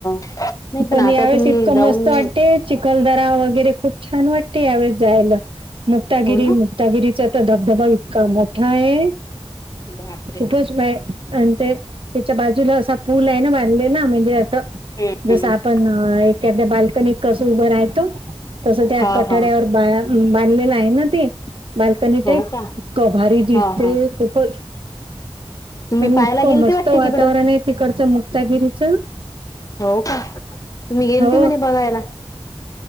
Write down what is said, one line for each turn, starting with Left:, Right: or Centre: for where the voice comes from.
Left: तेच
Right: पण
Left: ना आता
Right: यावेळेस
Left: तुम्ही
Right: इतकं
Left: जाऊन
Right: मस्त वाटते चिखलदरा वगैरे खूप छान वाटते यावेळेस जायला मुक्तागिरी
Left: हो ना
Right: मुक्तागिरीचा आता धबधबा इतका मोठा आहे
Left: बापरे
Right: खूटच नाही. आणि ते त्याच्या बाजूला असा पूल आहे ना बांधलेला म्हणजे असं.
Left: हम्म
Right: जस आपण एखाद्या बाल्कनीत कसं उभं राहतो. तसं त्या
Left: हा
Right: कठड्यावर
Left: हा
Right: बांधलेलं आहे ना ते. बालकनी
Left: हो
Right: टई
Left: का
Right: कभारी दिसते
Left: हा हा
Right: खूपच.
Left: तुम्ही
Right: आणि
Left: पाहायला
Right: इतकं
Left: गेलते
Right: मस्त
Left: वाटते
Right: वातावरण
Left: तिकडं
Right: आहे तिकडचं मुक्तागिरीचं
Left: हो का तुम्ही गेल
Right: हो
Left: ते म्हणे बघायला.